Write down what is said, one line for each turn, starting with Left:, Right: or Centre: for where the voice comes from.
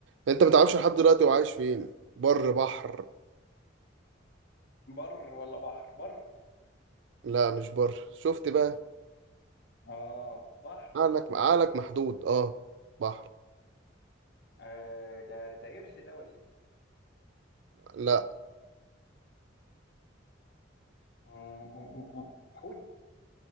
Right: انت ما تعرفش لحد دلوقتي هو عايش فين بر بحر
Left: بر ولا بحر بر
Right: لا مش بر شفت بقى
Left: اه بحر
Right: عقلك عقلك محدود اه بحر
Left: آه ده ده قرش ده ولا ايه
Right: لا
Left: آه، آه، آه، آه. حوت